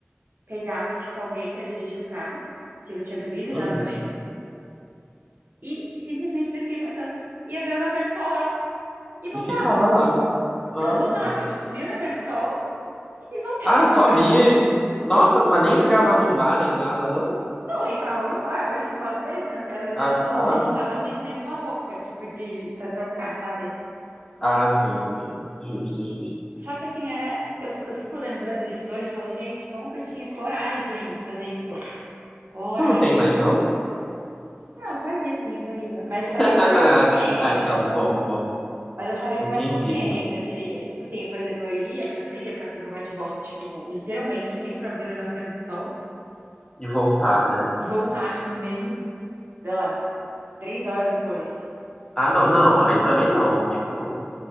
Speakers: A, on the right (about 55°); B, on the left (about 15°).
A: pegava, tipo, alguém pra dirigir o carro, que não tinha bebido,
B: Uhum.
A: né, obviamente, e simplesmente descia pra Santos. Ia ver o nascer do sol lá. E voltava.
B: E ficava lá. Nossa.
A: Não, voltava. Tipo, via o nascer do sol e voltava.
B: Ah,
A: <laughs>
B: só via. Nossa, mas nem entrava no mar nem nada, não?
A: Não, entrava no bar, mas, tipo, às vezes, né? Porque às vezes
B: Ah,
A: era só.
B: tá.
A: A gente tava sem nenhuma roupa, tipo, de, pra trocar, sabe?
B: Ah, sim, sim. Justo, justo.
A: Só que assim, era. Eu, fico- eu fico lembrando disso hoje, eu falo, gente, como que eu tinha coragem de fazer isso? Coragem.
B: Você não tem mais, não?
A: Não, eu faria sim, faria. Mas
B: <laughs>
A: faria com mais consciência.
B: Ah, então, bom, bom.
A: Mas eu faria
B: Entendi.
A: com mais consciência, eu diria. Tipo assim, por exemplo, eu iria, mas eu não iria pra fazer um bate-volta, tipo, literalmente ir pra ver o nascer do sol
B: E voltar, né?
A: e voltar, tipo, no mesmo, sei lá, três horas depois.
B: Ah, não, não, aí também não. Tipo,